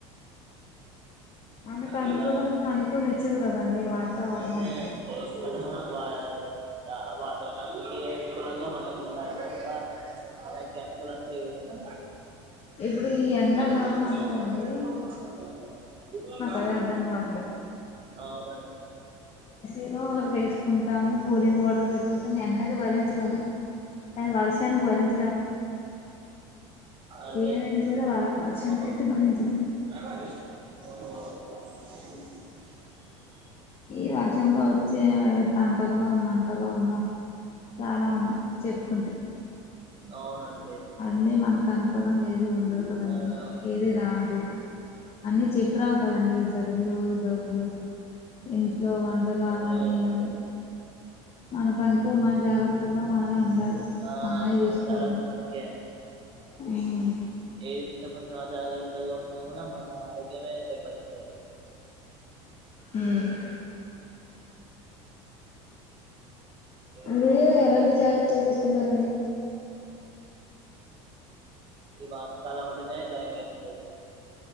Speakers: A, on the left; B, on the right.
A: మనకు అనుకూలంగా
B: హలో
A: అనుకోని ఇచ్చదు కదండి వాతావరణం
B: అదే అండి మన వా ద వాతావరణానికి అనుకూలంగా మనం ఉండాలి తప్ప మనకి అనుకూలంగా ఏది ఉండదు
A: ఇప్పుడు ఈ ఎండాకాలం
B: <unintelligible>
A: అనుకోండి అదే అర్థం కావట్లేద్
B: అవునండి అవును
A: ఎదో <inaudible> వేసుకుంటాము కూలింగ్ వాటర్ పెట్టుకుంటామ్ ఎండకి భరించగలం కానీ వర్షానికి భరించ
B: అదే
A: ఏమైనా
B: కదా
A: సరే వర వర్షానికైతే
B: ఒక్కడు
A: భరించలేం
B: <unintelligible>
A: ఈ వర్షంలో వచ్చే తంటలో మంటలో ఉన్నాం చానా ఉంది చెప్పుకుంటే
B: అవునండ్
A: అన్ని మనకనుకూలంగా ఏది ఉండదు కదా అండి
B: ఆ
A: ఏది రాదు అన్నీ చెప్పి రావు కదండి జలుబులు దగ్గులు ఇంట్లో వంటలు
B: అదే
A: అవన్నీ
B: కదండి
A: ఇవన్నీ మనకంటూ మన్ జాగ్ జాగత్తలో మనమే ఉండాలి
B: ఆ
A: మనమే చూసుకోవాలి
B: మన జాగ్రత్త మనకే
A: హ్మ్మ్
B: ఇంత కొంచెం అజాగ్రత్తగా ఉన్నా కూడా మన ఆరోగ్యమే దెబ్బతింటది
A: హ్మ్మ్
B: ఏంటో
A: మీరు
B: అండి
A: ఎలాంటి
B: అసలు
A: జాగ్రత్తలు తీసుకుంటారండి
B: ఈ వానాకాలం అంటనే భయమైతుంటాది.